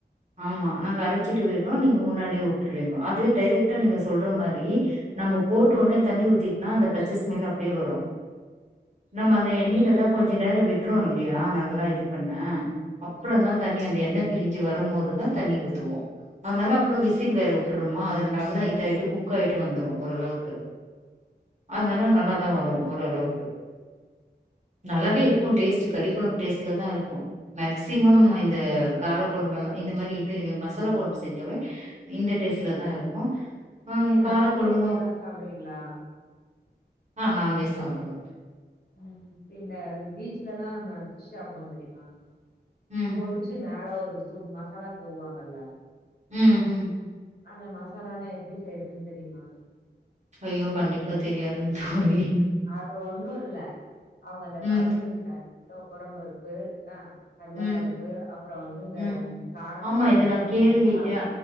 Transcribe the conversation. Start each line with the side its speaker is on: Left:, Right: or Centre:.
Right: ஆமா நாங்க அரச்சிட்டு விட்றோ நீங்க முன்னாடியே உட்டுறீங்கோ அது டைரெக்ட்டா நீங்க சொல்ற மாரி நம்ம போட்டு டோனே தண்ணி ஊத்திட்னா அந்த பச்ச ஸ்மெல் அப்டியே வரு நம்ம அந்த எண்ணெயில தா கொஞ் ச நேரோ விட்ரு இல்லையா நல்லா இது பண்ண அப்பறந்தா தண்ணி அந்த எண்ணெ பிரிஞ்சு வரும்போது தா தண்ணி ஊத்துவோ அதுனால அப்றோ விசில் வேற விட்ருறோமா அது நல்லா இதா ஆயிட்டு குக் ஆயிட்டு வந்துரு ஓரளவுக்கு அது நால நல்லா தா வரு ஓரளவுக்கு நல்லாவே இருக்கூ டேஸ்ட்டு கறி
Left: ஃபிஷ்
Right: கொழம்பு டேஸ்ட்ல தா இருக்கூ மேக்சிமம்
Left: ம்.
Right: இந்த கார கொழம்பெல்லா இந்த மாரி இது மசாலா கொழம்பு செஞ்சாவே இந்த டேஸ்ட்ல தா இருக்கூ ஆ
Left: நீங்க
Right: கார
Left: நான்வெஜ்
Right: கொழம்பும்
Left: நல்லா சாப்பிடுவீங்களா?
Right: ஆ நான்வெஜ் சாப்டுவே
Left: ம் இந்த பீச்ஜூலெல்லா நம்ப பிஷ் சாப்டுவோ தெரியுமா
Right: ம்
Left: பொறுச்சு மேல ஒரு து மசாலா தூவுவாங்கல்ல
Right: ம் ம்
Left: அந்த மசாலா எல்லா எப்டி செய்றதுன்னு தெரியுமா
Right: ஐயோ கண்டிப்பா தெரியாதுங்க தோழி
Left: அது ஒண்ணும் இல்ல அவுங்க அந்த
Right: ம்
Left: பருப்பு இருக்குல தொவரம் பருப்பு அ கடலப்பருப்பு
Right: ம்
Left: அப்பறோ வந்து இந்த
Right: ம்
Left: காரத்துக்கு
Right: ஆமா
Left: வந்து
Right: இது நா கேள்வி
Left: மெளகா
Right: அ